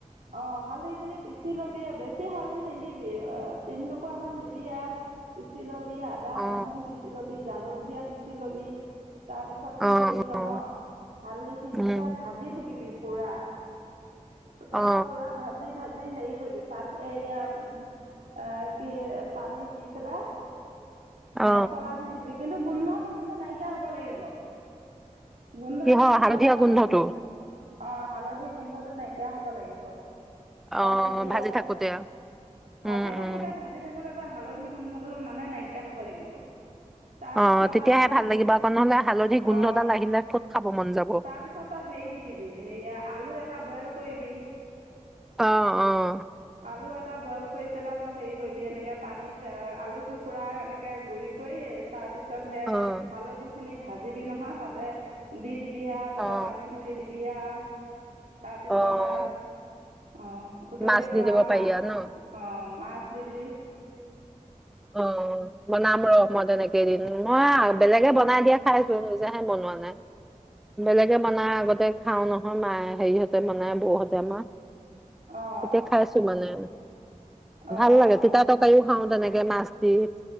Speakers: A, on the right; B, in the centre.
A: অ হালধি খিনি পিচি লবি বেছি হালধি নিদিবি তিন টুকামান দিবি আৰু পিচি লবি। আদা
B: অ
A: নহৰু পিচি লবি জালুক জীয়া পিচি লবি। তাৰপিছত কি
B: অ অ অ
A: কৰিবি জান হালধি খিনি
B: উম
A: যে ভাজি থাকিবি। কুৰা। তাৰ
B: অ
A: পৰা পুৰা ভাজি ভাজি। হেৰি কৰিবি পানী এইয়া উ কি পানীত দি পেলাই।
B: অ
A: মছলা খিনি দিবি। কিন্তু গোন্ধটো কিন্তু নাইকিয়া হব লাগিব। গোন্ধটো
B: কিহৰ
A: নাইকিয়া
B: হালধীয়া
A: হব
B: গোন্ধটো
A: লাগিব অ হালধি গোন্ধটো নাইকিয়া। হ'ব লাগিব সে
B: অ
A: তেতিয়াহে
B: ভাজি থাকোতে
A: ভাজি
B: উম
A: থাকোতে
B: উম
A: ভাজি থাকোতে ত হালধি গোন্ধটো মানে। নাইকিয়া হব লাগিব তাৰপিছত
B: অ তেতিয়াহে
A: আৰু
B: ভাল
A: উ
B: লাগিব আকৌ নহলে হালধি গোন্ধডাল
A: অ
B: আহিলে ক'ত খাব মন যাব
A: তাৰপিছত হেৰি দি দিবি আলু এটা বইল <unintelligible>
B: অ অ
A: আলু এটা বইল কৰি পেলাই তই হেৰি কৰিবি এনেকে পানীত আলুটো পুৰা এনেকে গুৰি কৰি তাৰপিছত পিছত সে
B: অ'।
A: হালধি খিনি ভাজিবি নহয় তাতে দি দিবি দিবি আ
B: অ',
A: তাৰ পৰা পানী ঢালি দিব দিয়া
B: অ',
A: ছটা অঁ উতলিব
B: মাছ দি দিব
A: আও মাছ
B: পাৰিয়া ন?
A: অ মাছ দিবি
B: অ বনাম ৰস মই তেনেকেই দিন মই বেলেগে বনাই দিয়া খাইছো নিজে হে বনোৱা নাই বেলেগে বনাই আগতে খাও নহয় মায়ে হেৰিহতে বনাই বৌহতে আমাৰ
A: অঁ
B: এতিয়া খাই আছো মানে
A: অঁ
B: ভাল লাগে তিতা তৰকাৰিও খাওঁ তেনেক কে মাছ তিপ